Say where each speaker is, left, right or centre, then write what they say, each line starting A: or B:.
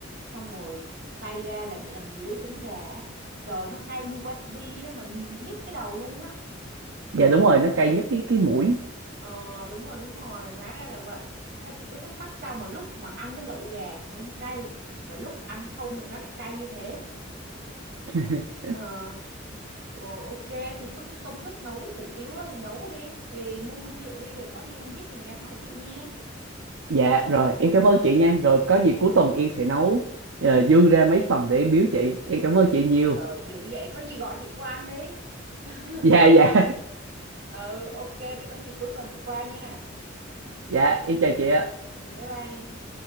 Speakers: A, on the right; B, on the right.
A: xong rồi xay ra là để làm muối chấm gà. á. Trời nó cay như wasabi á mà nhức cái đầu luôn á.
B: dạ đúng rồi nó cay nhất cái cái mũi
A: Ờ đúng rồi đúng rồi hóa ra là vậy ta chỉ cứ thắc mắc sao mà lúc mà ăn với lẩu gà thì không cay mà lúc ăn không thì nó lại cay như thế
B: <laughs>
A: ờ rồi ok thì cứ cái công thức nấu hủ tiếu đó thì nấu đi thì mua nguyên liệu đi rồi có gì không biết thì nhắn hỏi chị nha
B: dạ rồi em cảm ơn chị nha rồi có gì cuối tuần em sẽ nấu ờ, dư ra mấy phần để em biếu chị em cảm ơn chị nhiều
A: trời dữ vậy có gì gọi chị qua ăn đi <laughs>
B: dạ dạ
A: gọi chị ừ ok vậy có gì cuối tuần chị qua nha
B: <laughs> dạ em chào chị ạ
A: ừ, bye bye em